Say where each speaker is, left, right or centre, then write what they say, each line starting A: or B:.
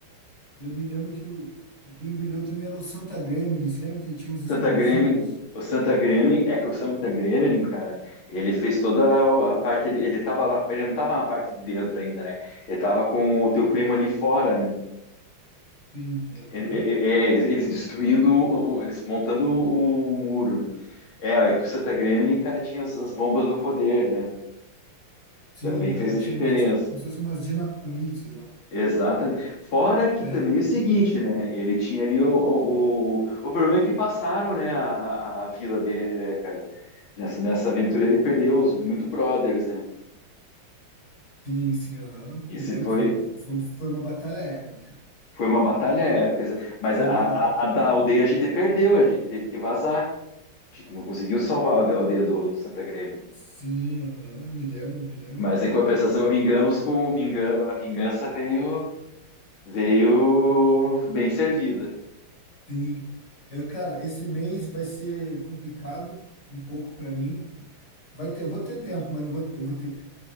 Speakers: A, on the left (about 50°); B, on the left (about 70°).
A: Eu me lembro que, o, que quem brilhou também era o Santa Gremlin. Você lembra que ele tinha uns explosivos?
B: Santa Gremlin, o Santa Gremlin, é que o Santa Gremlin, cara, ele fez toda a, a parte, ele, ele tava lá, ele não tava na parte de dentro ainda, né? Ele tava com o teu primo ali fora, né?
A: Sim, aham.
B: Ele- é- é- é, eles, eles destruindo, o- o- eles montando o, o muro, né? É, é que o Santa Gremlin, cara, tinha as, as bombas do poder, né?
A: Sim,
B: Também
A: aham.
B: fez a
A: Tinha
B: diferença.
A: umas, tipo, como se fossem umas dinamites lá.
B: Exatamente. Fora
A: <laughs>
B: que também é o seguinte, né? Ele tinha ali o, o, o, o problema é que passaram, né, a, a a vila dele, né, cara? Nessa, nessa aventura ele perdeu os muito brothers, né?
A: Sim, sim, aham.
B: Esse
A: Me lembro,
B: foi,
A: foi, foi, foi foi uma batalha épica.
B: foi uma batalha épica. essa- Mas
A: Foi
B: a,
A: legal,
B: a-
A: né?
B: a da aldeia a gente perdeu, a gente teve que vazar. A gente não conseguiu salvar a alde- a aldeia do, do Santa Grêmio.
A: Sim, aham. Me lembro, me lembro.
B: Mas em compensação, vingamos com vingança. A vingança veio, veio bem servida.
A: Sim. Eu, cara, esse mês vai ser complicado um pouco para mim. Vai ter, eu vou ter tempo, mas não vou, eu vou ter